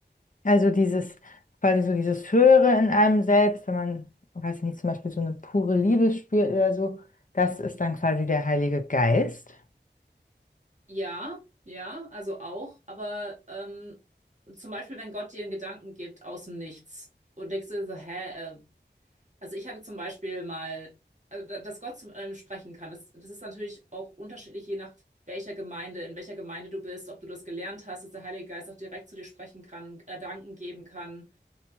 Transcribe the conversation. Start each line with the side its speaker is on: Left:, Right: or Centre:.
Left: Also dieses, quasi so dieses Höhere in einem selbst, wenn man, weiß ich nicht, zum Beispiel so eine pure Liebe spürt oder so, das ist dann quasi der Heilige Geist.
Right: Ja, ja, also auch, aber ähm, zum Beispiel, wenn Gott dir einen Gedanken gibt aus dem Nichts und denkst du so, hä, äh, Also ich hatte zum Beispiel mal, also da- dass Gott zu einem sprechen kann. Das, das ist natürlich auch unterschiedlich, je nach welcher Gemeinde, in welcher Gemeinde du bist, ob du das gelernt hast, dass der Heilige Geist auch direkt zu dir sprechen kann, Gedanken geben kann.